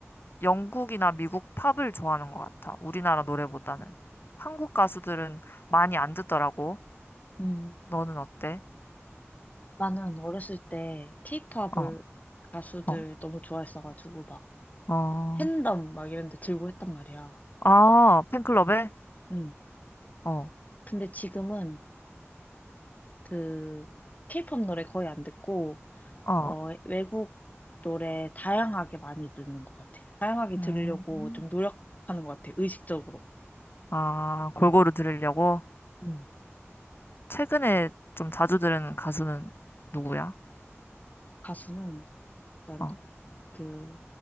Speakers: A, on the left; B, on the left.
A: 영국이나 미국 팝을 좋아하는 것 같아. 우리나라 노래보다는. 한국 가수들은 많이 안 듣더라고.
B: 음.
A: 너는 어때?
B: 나는 어렸을 때 케이팝을
A: 어,
B: 가수들
A: 어,
B: 너무 좋아했어가지고 막
A: 어.
B: 팬덤 막 이런 데 들고 했단 말이야.
A: 아, 팬클럽에?
B: 응.
A: 어,
B: 근데 지금은 그 케이팝 노래 거의 안 듣고
A: 어.
B: 어 외국 노래 다양하게 많이 듣는 것 같아. 다양하게
A: 음.
B: 들으려고 좀 노력하는 것 같아. 의식적으로.
A: 아, 골고루 들으려고?
B: 응.
A: 최근에 좀 자주 들은 가수는 누구야?
B: 가수는 일단
A: 어,
B: 그